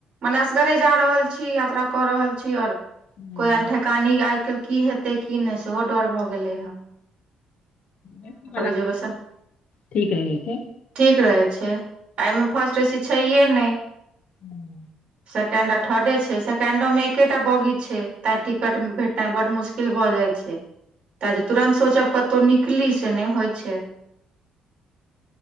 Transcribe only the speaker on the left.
हूँ
ह
ठीक रहै छैय।
हूँ